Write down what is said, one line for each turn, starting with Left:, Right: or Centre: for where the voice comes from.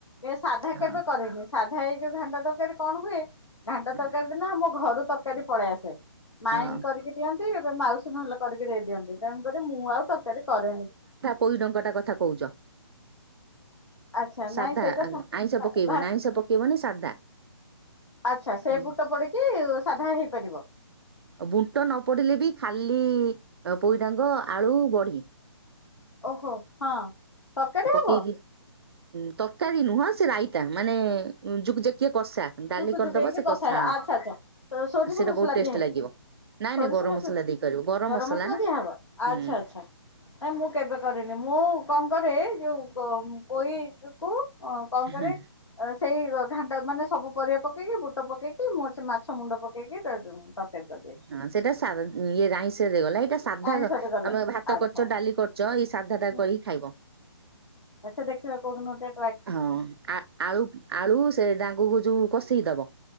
Left: ଏ ସାଧା
Right: ହଁ
Left: କେବେ କରିନି। ସାଧା ଏଇ ଯୋଉ ଘାଣ୍ଟ ତରକାରୀ କଣ ହୁଏ ଘାଣ୍ଟ
Right: ହଁ
Left: ତରକାରୀ ଦିନ ଆମ ଘରୁ ତରକାରୀ ପଳେଇ ଆସେ। ମାଇଁ
Right: ହଁ
Left: କରିକି ଦିଅନ୍ତି ଏବେ ମାଉସୀ ଭଲ କରିକି ଦେଇଦିଅନ୍ତି ତେଣୁକରି ମୁଁ ଆଉ ତରକାରୀ କରେନି।
Right: ପୋଇ ଡଙ୍କାଟା କଥା କହୁଛ।
Left: ଆଚ୍ଛା
Right: ସାଧା
Left: ନାଇଁ ସେଇଟା
Right: ଆଇଁଷ
Left: ସା ସାଧା
Right: ପକେଇବନି ଆଇଁଷ ପକେଇବନି ସାଧା।
Left: ଆଚ୍ଛା ସେ
Right: ଆଉ
Left: ବୁଟ ପଡିକି ସାଧା ହେଇପାରିବ।
Right: ଆ ବୁଟ ନ ପଡିଲେ ବି ଖାଲି ପୋଇଡାଙ୍ଗ ଆଳୁ ବଢି।
Left: ଓହୋ ହଁ। ତରକାରୀ
Right: ଆଉ ପକେଇକି
Left: ହବ
Right: ଉଁ ତରକାରୀ ନୁହଁ ସେ ରାଇତା ମାନେ ଯୁକୁ ଜାକିଆ କଷା। ଡାଲି
Left: ଜୁକୁ ଜୁକୁ
Right: କରିଦବ
Left: ହେଇକି
Right: ସେ
Left: କସା
Right: କଷା
Left: ଆଚ୍ଛା ଆଚ୍ଛା ଏ ସୋରିଷ
Right: ହଁ ସେଇଟା
Left: ମସଲା
Right: ବହୁତ ଟେଷ୍ଟ
Left: ଦିଆ ହେଇକି।
Right: ଲାଗିବ। ନାଇଁ
Left: ସୋରିଷ
Right: ନାଇଁ ଗରମ
Left: ମସଲା
Right: ଦେଇ କରିବ
Left: ଗରମ ମସଲା
Right: ନା
Left: ଦିଆ ହବ
Right: ହୁଁ
Left: ଆଚ୍ଛା ଆଚ୍ଛା। ନାଇଁ ମୁଁ କେବେ କରିନି ମୁଁ କଣ କରେ ଯୋଉ ପ ପୋଇ ଯୋ କୁ ଅଁ କଁ କରେ
Right: ହୁଁ।
Left: ସେଇ ଘାଣ୍ଟ ମାନେ ସବୁ ପରିବା ପକେଇକି ବୁଟ ପକେଇକି ମୋର ସେ ମାଛ ମୁଣ୍ଡ ପକେଇକି ତେ ତରକାରୀ କରିଦିଏ।
Right: ହଁ ସେଇଟା ସା ଇଏ ରାଇଶରେ ଗଲା ଏଇଟା ସାଧା
Left: ଆଇଁଷରେ
Right: ତମେ
Left: ଗଲା
Right: ଭାତ
Left: ଆଚ୍ଛା
Right: କରିଚ ଡାଲି କରିଚ ଏଇ ସାଧା ଟା
Left: ହୁଁ।
Right: କରିକି ଖାଇବ।
Left: ଆଚ୍ଛା ଦେଖିବା କୋଉଦିନ ଟେ
Right: ହଁ ଆ ଆଳୁ ଆଳୁ ସେ ଡାଙ୍ଗକୁ ଯୋଉ କଷି ଦବ।